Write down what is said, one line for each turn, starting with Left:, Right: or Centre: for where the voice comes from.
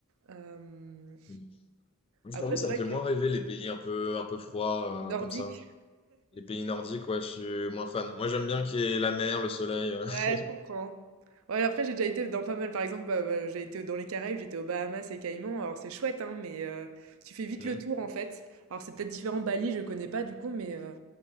Right: Hem,
Left: Mm. Je
Right: après,
Left: t'avoue, ça
Right: c'est vrai
Left: me fait
Right: que
Left: moins rêver les pays un peu, un peu froids
Right: nordique
Left: euh, comme ça. Les pays nordiques, ouais, je suis moins fan. Moi, j'aime bien qu'il y ait la mer, le soleil. euh.
Right: Ouais,
Left: <laughs>
Right: je comprends. Ouais, après, j'ai déjà été dans pas mal, par exemple, bah, bah, j'ai été dans les Caraïbes, j'étais aux Bahamas et Caïmans. Alors, c'est chouette, hein, mais euh, tu fais vite
Left: Mm.
Right: le tour, en fait. Alors, c'est peut-être différent, Bali, je connais pas, du coup, mais euh,